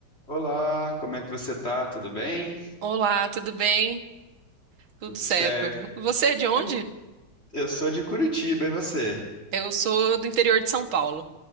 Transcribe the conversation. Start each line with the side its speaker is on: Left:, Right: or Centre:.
Left: Olá, como é que você tá? Tudo bem?
Right: Olá, tudo bem? Tudo
Left: Tudo
Right: certo.
Left: certo?
Right: Você é de onde?
Left: Em- Eu sou de Curitiba, e você?
Right: Eu sou do interior de São Paulo.